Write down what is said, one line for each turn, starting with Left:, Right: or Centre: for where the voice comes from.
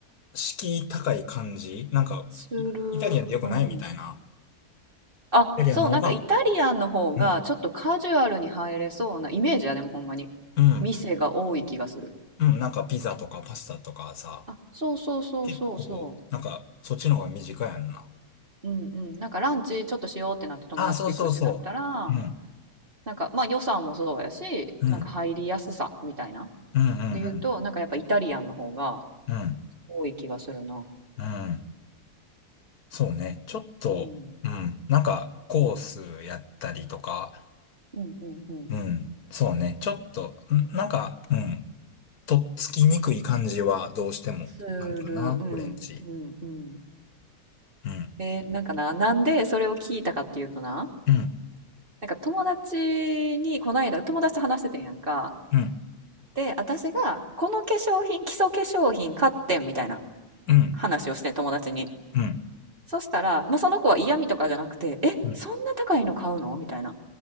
Left: 敷居高い感じなんか、
Right: する。
Left: イイタリアンでよくないみたいな。
Right: うん。あ、
Left: イタリアンの方が、
Right: そう、なんかイタリアンの方がちょっとカジュアルに入れそうなイメージや、
Left: うん、
Right: でもほんまに。
Left: うん、
Right: 店が多い気がする。
Left: うん、なんかピザとかパスタとかさ、
Right: あ、そうそうそうそうそ
Left: 結構、なんか、そっちの方が短いやんな。
Right: う。うんうん。なんかランチちょっとしようってなって友達と行くってなったら、
Left: あ、そうそうそう。うん、
Right: なんかまあ予算もそうやし、
Left: うん、
Right: なんか入りやすさみたいな。
Left: うん、うん、うん。
Right: で言うと、なんかやっぱイタリアンの方が
Left: うん、
Right: 多い気がするな。
Left: うん。そうね。ちょっと、
Right: うん。
Left: うん。なんか、コースやったりとか、
Right: うんうんうん。
Left: うん。そうね。ちょっと、んなんか、うん。とっつきにくい感じはどうしてもあるかな、
Right: する。うんうんうん。
Left: フレンチ。うん、
Right: えーなんかな、なんでそれを聞いたかっていうとな、
Left: うん、
Right: なんか友達にこの間友達と話しててんやんか。
Left: うん、
Right: で、私がこの化粧品、基礎化粧品買ってんみたいな
Left: うん、
Right: 話をしてん友達に。
Left: うん、
Right: そしたら、まあ、その子は嫌味とかじゃなくて、え、
Left: うん。
Right: そんな高いの買うのみたいな。っ